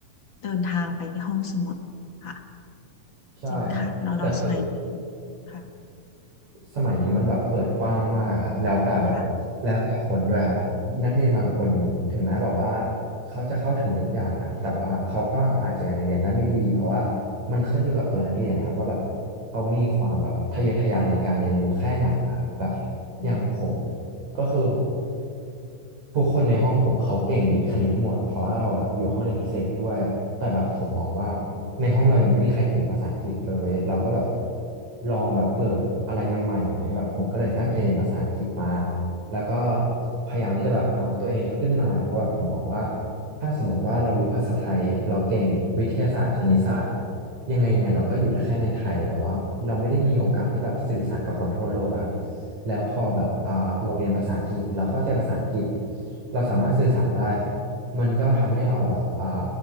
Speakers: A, on the left; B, on the right.
A: เดินทางไปที่ห้องสมุดค่ะ
B: ใช่ครับแต่คือ
A: จริงค่ะเราเราสมัยนี้ค่ะ
B: สมัยนี้มันแบบเปิดกว้างมากครับแล้วแต่แบบแล้วแต่คนด้วยครับนักเรียนบางคนถึงแม้แบบว่า
A: ค่ะ
B: เขาจะเข้าถึงทุกอย่างนะครับแต่ว่าเขาก็อาจจะยังเรียนได้ไม่ดีเพราะว่ามันขึ้นอยู่กับตัวนักเรียนนะครับว่าแบบเขามีความแบบทะเยอทะยานในการเรียนรู้แค่ไหนอะครับแบบ
A: อืม
B: อย่างผมก็คือผม ทุกคนในห้องผมเขาเก่งวิทย์คณิตหมดเพราะว่าเราแบบอยู่ห้องเรียนพิเศษด้วยแต่แบบผมมองว่าในห้องเรายังไม่มีใครเก่งภาษาอังกฤษเลยเราก็แบบลองแบบเปิดอะไรใหม่ๆไหมแบบผมก็เลยตั้งใจเรียนภาษาอังกฤษมาแล้วก็พยายามที่จะแบบอัพตัวเองขึ้นมาเพราะแบบผมมองว่าถ้าสมมติว่าเรารู้ภาษาไทยเราเก่งวิทยาศาสตร์คณิตศาสตร์ยังไงยังไงเราก็อยู่ได้แค่ในไทยแบบว่าเราไม่ได้มีโอกาสที่แบบสื่อสารกับคนทั่วโลกอะครับ แล้วพอแบบอ่าเราเรียนภาษาอังกฤษเราเข้าใจภาษาอังกฤษเราสามารถสื่อสารได้มันก็ทำให้เราแบบอ่า